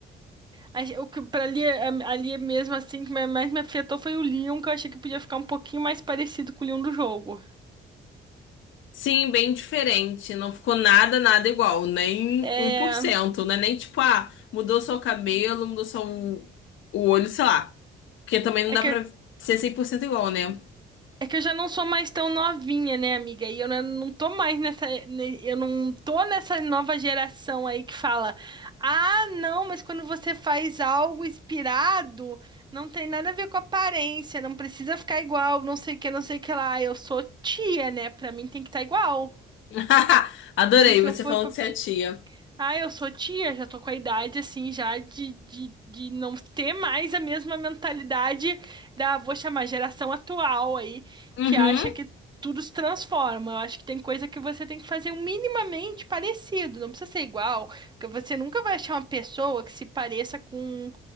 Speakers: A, on the right; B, on the left.
A: A- O que pra ali, ali mesmo assim que mais me afetou foi o Leon, que eu achei que podia ficar um pouquinho mais parecido com o Leon do jogo.
B: Sim, bem diferente. Não ficou nada, nada igual. Nem
A: É,
B: um por cento, né? Nem tipo, ah, mudou só o cabelo, mudou só o, o olho, sei lá. Porque também não
A: é
B: dá
A: que
B: pra ser 100% igual, né?
A: É que eu já não sou mais tão novinha, né, amiga? E eu não não tô mais nessa. ne- Eu não tô nessa nova geração aí que fala: ah, não, mas quando você faz algo inspirado, não tem nada a ver com aparência, não precisa ficar igual, não sei o que, não sei o que lá. Eu sou tia, né? Pra mim tem que estar igual.
B: <laughs> Adorei
A: Pra mim, se
B: você
A: não for
B: falando
A: pra
B: que você é tia.
A: ah, eu sou tia, já tô com a idade assim, já de, de, de não ter mais a mesma mentalidade da, vou chamar, geração atual aí,
B: Uhum,
A: que acha que tudo se transforma. Eu acho que tem coisa que você tem que fazer um minimamente parecido, não precisa ser igual, porque você nunca vai achar uma pessoa que se pareça com